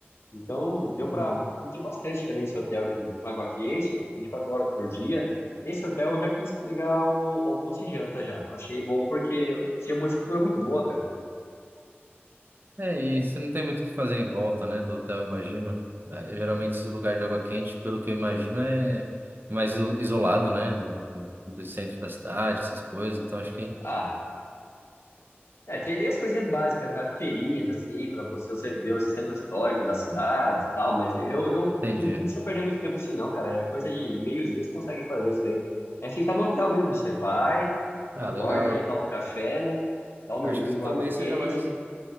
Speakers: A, on the left (about 75°); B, on the right (about 55°).
A: Então deu para
B: Uhum.
A: curtir bastante também esse hotel com com água quente, 24 horas por dia. Esse hotel eu já quis pegar o almoço e janta já. Achei bom porque tinha uma estrutura muito boa, cara.
B: É, e você não tem muito o que fazer em volta, né, do hotel, eu imagino. Ah, Geralmente esses lugares de água quente, pelo que eu imagino, é mais iso- isolado, né, do, do do centro da cidade, essas coisas. Então, acho que...
A: Ah, É, tem, tem as coisinhas básicas, né? Feirinhas, assim, para você você ver o centro histórico da cidade e tal, mas eu, eu
B: Entendi.
A: não não precisa perder muito tempo com isso não, cara. É coisa de meio dia você consegue fazer isso aí. É ficar no hotel mesmo, você vai,
B: Ah,
A: acorda
B: legal.
A: aí, toma um café, né? Dá um mergulho
B: Acho que
A: no
B: talvez
A: água quente.
B: seja mais,